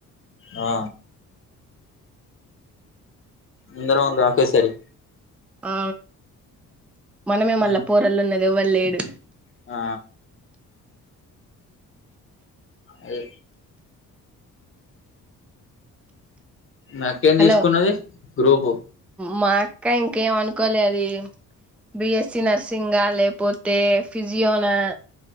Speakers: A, on the left; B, in the centre.
A: ఆ అందర <unintelligible> అకే సరి
B: ఆ మనమే
A: ఆ
B: మళ్ళా పోరలు ఉన్నది ఎవ్వరలేడు
A: ఆ అదే మీ అక్కేం
B: హలో
A: తీసుకున్నది గ్రూపు
B: మా అక్క ఇంకేం అనుకోలే అది బిఎస్సి నర్సింగ్గా లేపోతే ఫిజియోనా